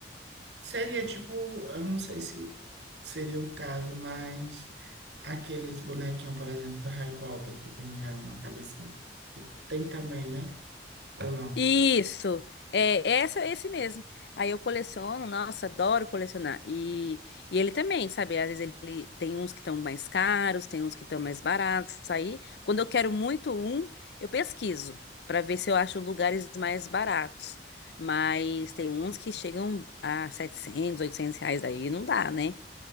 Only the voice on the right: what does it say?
Seria tipo, eu não sei se seria o caso, mas aqueles bonequinhos, por exemplo, do Harry Potter, que tem já uma cabecinha, que tem também, né? Ou não?